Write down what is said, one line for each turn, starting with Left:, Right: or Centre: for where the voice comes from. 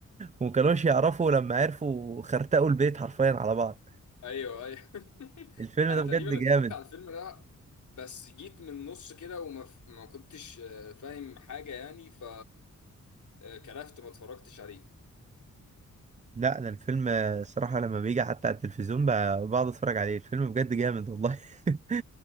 Right: ومكانوش يعرفوا لما عرفوا خرتقوا البيت حرفيا على بعض
Left: ايوه ايوه <laughs>
Right: الفيلم
Left: انا
Right: ده بجد
Left: تقريبا
Right: جامد
Left: اتفرجت على الفيلم ده بس جيت من النص كده وما ف... ما كنتش آه، فاهم حاجه يعني ف آه، كرفت ما اتفرجتش عليه
Right: لا انا الفيلم آه، صراحة لما بيجي حتى على التلفزيون ب- بقعد اتفرج عليه الفيلم بجد جامد والله <laughs>